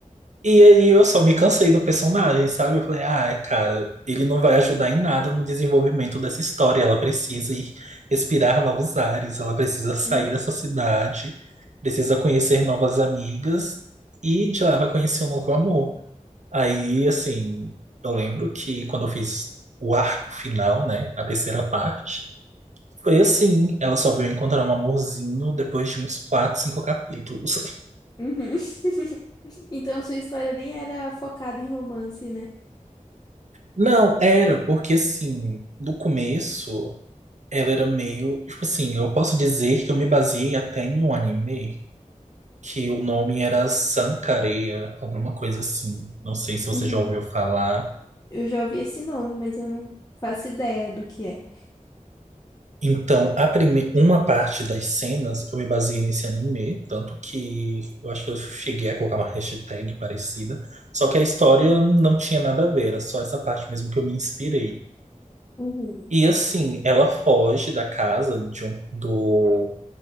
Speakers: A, on the right; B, on the left.
A: E aí eu só me cansei do personagem, sabe? Eu falei, ah, cara, ele não vai ajudar em nada no desenvolvimento dessa história. Ela precisa ir respirar novos ares, ela precisa sair
B: Uhum.
A: dessa cidade, precisa conhecer novas amigas e de lá vai conhecer um novo amor. Aí, assim, eu lembro que quando eu fiz o arco final, né? A terceira parte. Foi assim, ela só veio encontrar um amorzinho depois de uns quatro, cinco capítulos.
B: Uhum. <laughs> Então, a sua história nem era focada em romance, né?
A: Não, era porque assim, do começo, ela era meio, tipo assim, eu posso dizer que eu me baseei até em um anime que o nome era Sankareya, alguma coisa assim. Não sei se você
B: Uhum.
A: já ouviu falar.
B: Eu já ouvi esse nome, mas eu não faço ideia do que é.
A: Então, a prime... uma parte das cenas eu me baseei nesse anime, tanto que eu acho que eu cheguei a colocar uma hashtag parecida, só que a história não tinha nada a ver, era só essa parte mesmo que eu me inspirei.
B: Uhum.
A: E assim, ela foge da casa de um do